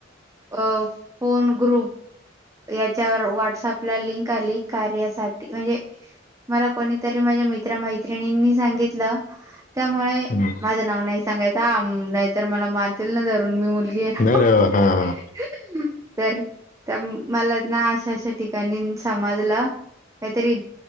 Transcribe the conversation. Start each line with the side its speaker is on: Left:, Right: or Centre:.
Right: अ फोन ग्रुप याच्यावर व्हॉट्सअपला लिंक आली कार्यासाठी. म्हणजे- मला कोणीतरी माझ्या मित्र मैत्रिणींनी सांगितलं. त्यामुळे
Left: हम्म.
Right: माझं नाव नाही सां- सांगायचा नाहीतर मला मारतील ना धरुन मी मुलगी आहे
Left: नाही रे बा. हा हा
Right: <unintelligible> ना. तर- त्या मला ना अशा अशा ठिकाणीन समजलं- काहीतरी